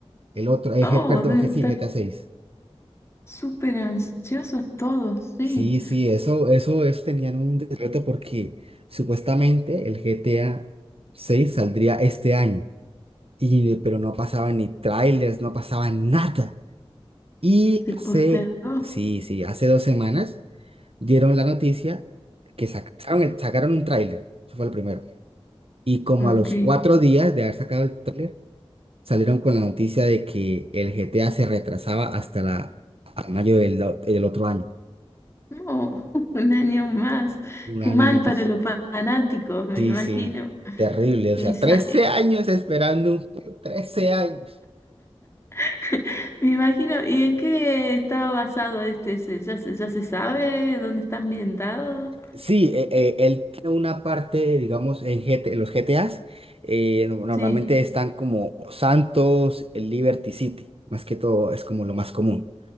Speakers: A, on the right; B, on the left.
A: El otro, eh,
B: Oh,
A: G- perdón,
B: deben
A: G- sí,
B: estar
A: GTA seis
B: súper ansiosos todos, sí.
A: Sí, sí, eso, eso, eso tenían un decreto porque supuestamente el GTA seis saldría este año, y, pero no pasaban ni trailers, no pasaba nada. Y
B: Se postergó.
A: hace, sí, sí, hace dos semanas dieron la noticia que sacaron, el- sacaron un tráiler, eso fue el primero. Y como
B: Ok.
A: a los cuatro días de haber sacado el tráiler, salieron con la noticia de que el GTA se retrasaba hasta la, hasta mayo del, o- del otro año.
B: No, <laughs> un año más.
A: Un
B: Qué
A: año
B: mal
A: más.
B: para los fanáticos, me
A: Sí,
B: imagino.
A: sí, terrible.
B: Y,
A: O sea,
B: sa-
A: 13 años esperando un juego, 13 años.
B: <laughs> Me imagino, ¿y en qué está basado este? ¿Se- ¿Ya se, ya se sabe dónde está ambientado?
A: Sí, eh, eh, él tiene una parte, digamos, en GT los GTAs, eh, no- normalmente
B: Sí.
A: están como Santos, Liberty City, más que todo es como lo más común